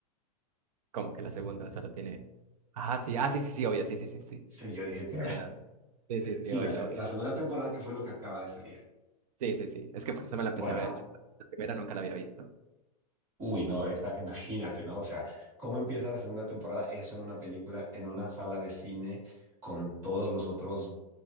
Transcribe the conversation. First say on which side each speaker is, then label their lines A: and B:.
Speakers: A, on the right; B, on the right.
A: Como que la segunda solo tiene. Ah, sí, ah, sí, sí, sí, obvio, sí, sí, sí, sí.
B: Sí, yo dije que... <laughs>
A: Tiene dos. Sí, sí,
B: Sí,
A: sí, obvio,
B: la, se-
A: obvio.
B: la segunda temporada que fue lo que acaba de salir.
A: Sí, sí, sí. Es que por eso me la empecé
B: Bueno.
A: a ver. yo la primera nunca la había visto.
B: Uy, no, está, imagínate, ¿no? O sea, ¿cómo empieza la segunda temporada? Eso en una película, en una sala de cine, con todos los otros